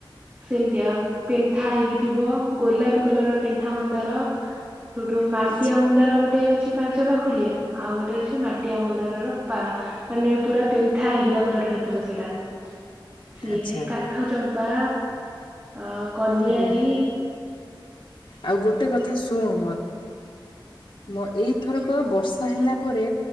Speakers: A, on the right; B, on the left.
A: ସେମତି ଆଉ ପେନ୍ଥା ହେଇକି ଥିବ ଗୋଲାପ୍ <inaudible> କଲରର ପେନ୍ଥା ମନ୍ଦାର, ସୋଉଠୁ ମାଟିଆ
B: ହୁଁ।
A: ମନ୍ଦାର ଗୋଟେ ଅଛି। ପାଞ୍ଚ ପାଖୁଡିଆ ଆଉ ଗୋଟେ ଅ ମାଟିଆ ମନ୍ଦାରର ପା ମାନେ ପୁରା ପେନ୍ଥା ହେଇକିନା ପୁରା ରହି ଥିବ ସେଇଟା। ସିଏ
B: ଆଚ୍ଛା
A: କାଠ ଚମ୍ପା ଅ କନିଆରୀ
B: ଓହୋ। ଆଉ ଗୋଟେ କଥା ଶୁଣୁ ମୋର ମୁଁ ଏଇଥରକ ବର୍ଷା ହେଲା ପରେ